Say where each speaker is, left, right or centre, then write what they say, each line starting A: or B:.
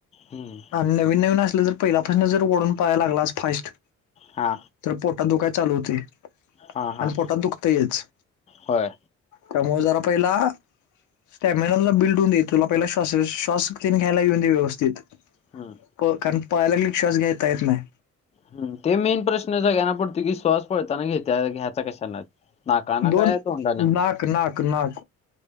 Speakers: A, on the left (about 20°); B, on the left (about 75°).
A: हम्म
B: आणि नवीन नवीन असले जर पहिल्यापासून जर ओढून पाहाला लागला आज फास्ट
A: हा
B: तर पोटात दुखाय चालू होतय
A: हा हा
B: आणि पोटात दुखतंयच.
A: होय
B: त्यामुळं जरा पहिला स्टॅमिना तुझा बिल्ड होऊदे तुला पहीला श्वास श्वासत घ्यायला येऊ दे व्यवस्थित
A: हम्म.
B: प कारण पळाय लागल की श्वास घेता येत नाही.
A: हम्म ते मेन प्रश्न सगळ्यांना पडतो की श्वास पळताना घेत घ्यायचा कशानं? नाकानं
B: दोन,
A: काय तोंडानं
B: नाक नाक नाक.